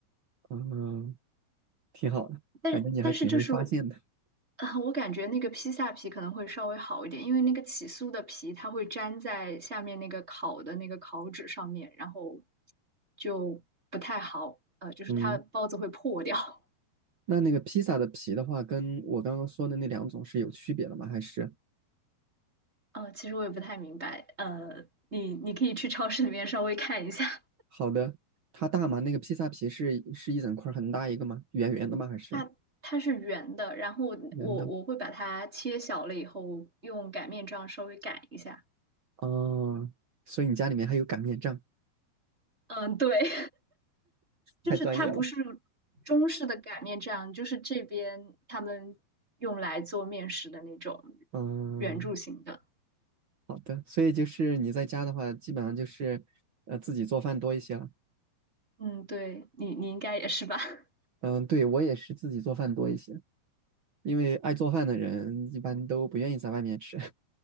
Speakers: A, on the right (about 55°); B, on the right (about 20°).
A: 嗯，挺好的，
B: 但但是就是，
A: 感觉你还挺会发现的。
B: 啊，我感觉那个披萨皮可能会稍微好一点，因为那个起酥的皮它会粘在下面那个烤的那个烤纸上面，然后就不太好，呃，就是它包子会破掉。
A: 嗯。那那个披萨的皮的话，跟我刚刚说的那两种是有区别的吗？还是
B: 呃，其实我也不太明白，呃，你你可以去超市里面稍微看一下，
A: 好的？它大吗？那个披萨皮是是一整块儿很大一个吗？圆圆的吗？还是
B: 它它是圆的，然后我我会把它切小了以后用擀面杖稍微擀一下。
A: 圆的？哦，所以你家里面还有擀面杖，
B: 嗯，对。就是它不是中式的擀面杖，
A: 太专业了。
B: 就是这边他们用来做面食的那种
A: 嗯，
B: 圆柱形的。
A: 好的。所以就是你在家的话，基本上就是呃自己做饭多一些了。
B: 嗯，对，你你应该也是吧？<laughs>
A: 嗯，对，我也是自己做饭多一些，因为爱做饭的人一般都不愿意在外面吃。